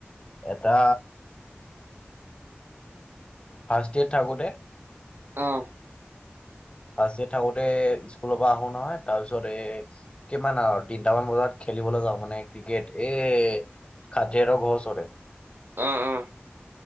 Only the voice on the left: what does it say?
এটা ফাৰ্ষ্ট ইেয়েত থাকোতে
ফাৰ্ষ্ট ইয়েত থাকোতে স্কুলৰ পৰা আহো নহয়, তাৰপিছত এ কিমান আৰু তিনটামান বজাত খেলিবলৈ যাওঁ মানে ক্ৰিকেট, এই সাথিহতঁৰ ঘৰৰ ওচৰতে।